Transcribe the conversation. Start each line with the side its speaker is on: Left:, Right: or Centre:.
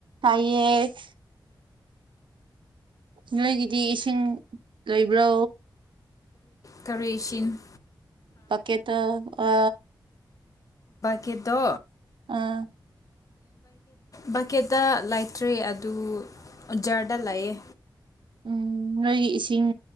Right: ꯑꯩ ꯅꯣꯏꯒꯤꯗꯤ ꯏꯁꯤꯡ ꯂꯩꯕ꯭ꯔꯣ
Left: ꯇꯔꯦꯁꯤꯟ
Right: ꯄꯀꯦꯠꯇ ꯑ
Left: ꯀꯦꯗ
Right: ꯑꯥ
Left: ꯕꯛꯀꯦꯠꯇ ꯂꯩꯇ꯭ꯔꯔꯤ ꯑꯗꯨ ꯖꯗ ꯂꯩꯑ
Right: ꯎꯝ ꯅꯣꯏꯒꯤ ꯏꯁꯤꯡ